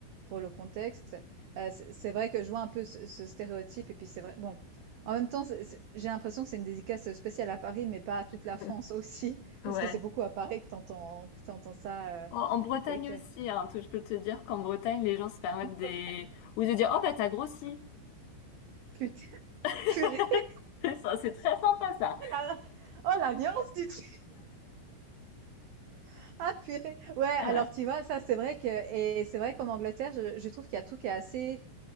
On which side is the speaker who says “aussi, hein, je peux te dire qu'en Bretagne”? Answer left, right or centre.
Left